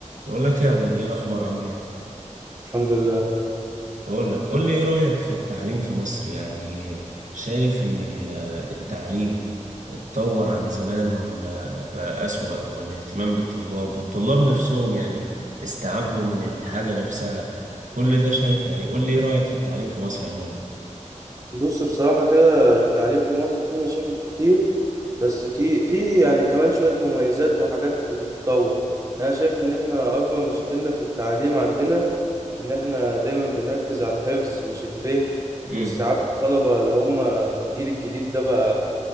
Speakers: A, on the right; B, on the right.
A: بقول لك يا بودي ايه الاخبار عامل ايه
B: الحمد لله
A: بقول لك قول لي ايه رايك في التعليم في مصر يعني شايف ان ال- التعليم اتطور عن زمان ولا بقى اسوأ والاهتمام بالطلاب والطلاب نفسهم يعني استيعابهم للحاجه نفسها كل ده شايف يعني قول لي ايه رايك في التعليم في مصر عموما
B: بص بصراحة كده التعليم في مصر فيه مشاكل كتير بس كي في يعني كمان شوية مميزات وحاجات بتتطور يعني أنا شايف إن إحنا أكبر مشاكلنا في التعليم عندنا إن إحنا دايما بنركز على الحفظ مش الفهم
A: امم
B: واستيعاب الطلبة اللي هم الجيل الجديد ده بقى